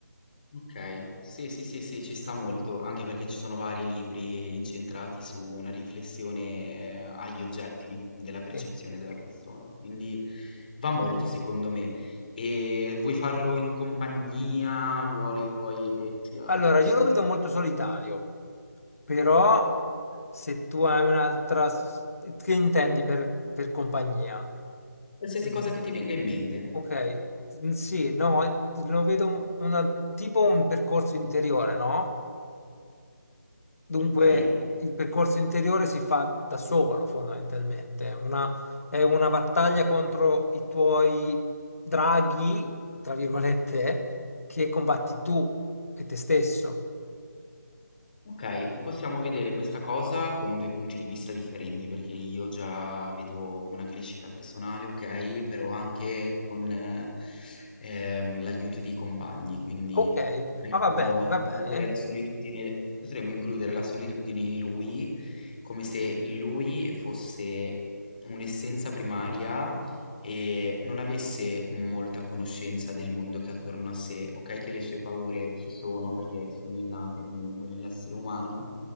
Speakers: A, on the left; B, on the left.
A: Ok, sì, sì, sì, sì, ci sta molto, anche perché ci sono vari libri incentrati su una riflessione eh, agli oggetti di- della percezione
B: Sì.
A: della persona. Quindi va molto, secondo me. E vuoi farlo in compagnia? Vuoi, vuoi che sia
B: Allora,
A: da solo?
B: io lo vedo molto solitario, però se tu hai un'altra... s- Che intendi per per compagnia?
A: Qualsiasi
B: Mm.
A: cosa che ti venga in mente,
B: Ok, Mm, sì, no, eh, lo vedo un- una- tipo un percorso interiore, no? Dunque,
A: ok?
B: il percorso interiore si fa da solo, fondamentalmente. È una, è una battaglia contro i tuoi draghi, tra virgolette, che combatti tu e te stesso.
A: Ok, possiamo vedere questa cosa con due punti di vista differenti, perché io già vedo una crescita personale, ok, però anche con eh, ehm, l'aiuto dei compagni, quindi
B: Ok,
A: potremmo
B: ma va bene,
A: includere
B: va bene.
A: la solitudine, potremmo includere la solitudine in lui come se lui fosse un'essenza primaria e non avesse molta conoscenza del mondo che ha attorno a sé, ok che le sue paure ci sono perché sono innate comunque nell'essere umano